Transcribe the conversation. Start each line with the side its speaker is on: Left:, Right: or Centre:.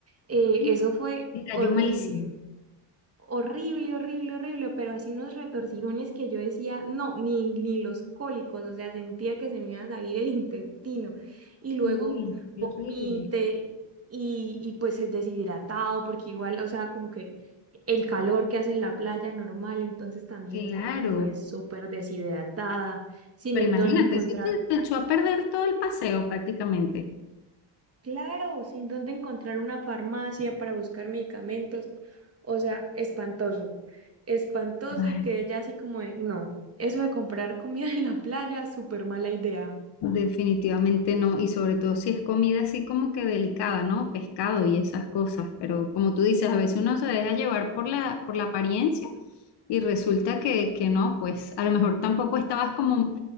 Right: eh,
Left: <gasps>
Right: eso fue
Left: te cayó
Right: horrible
Left: malísimo.
Right: horrible, horrible, horrible, pero así unos retorcijones que yo decía, no, ni, ni los cólicos, o sea, sentía que se me iba a salir el <laughs> intestino y luego
Left: Uy,
Right: vomité
Left: qué horrible.
Right: y, y pues es deshidratado porque igual, o sea, como que el calor que hace en la playa normal, entonces también
Left: Claro,
Right: estaba como de súper deshidratada, sin
Left: pero
Right: en
Left: imagínate,
Right: dónde encontrar
Left: eso te, te echó a perder todo el paseo prácticamente.
Right: Claro, sin dónde encontrar una farmacia para buscar medicamentos. O sea, espantoso. Espantoso
Left: Ay,
Right: y quedé ya así como de, no, eso de comprar comida <laughs> en la playa, súper mala idea.
Left: Definitivamente no, y sobre todo si es comida así como que delicada, ¿no? Pescado y esas cosas, pero como tú dices, a veces uno se deja llevar por la, por la apariencia y resulta que, que no, pues a lo mejor tampoco estabas como,